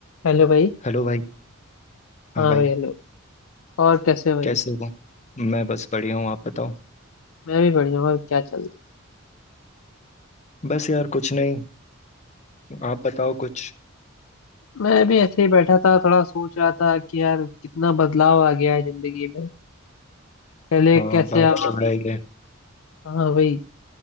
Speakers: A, on the left; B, on the left.
A: Hello भाई
B: Hello भाई हाँ
A: हाँ
B: भाई
A: भाई हेलो और कैसे हो भाई
B: कैसे हो मैं बस बढ़िया हूँ आप बताओ
A: मैं भी बढ़िया हूँ और क्या चल रहा
B: बस यार कुछ नहीं आप बताओ कुछ
A: है मैं भी ऐसे ही बैठा था थोड़ा सोच रहा था कि यार कितना बदलाव आ गया है जिंदगी में पहले
B: हाँ
A: कैसे
B: बात
A: हम
B: तो
A: अभी
B: है ही है
A: हाँ भाई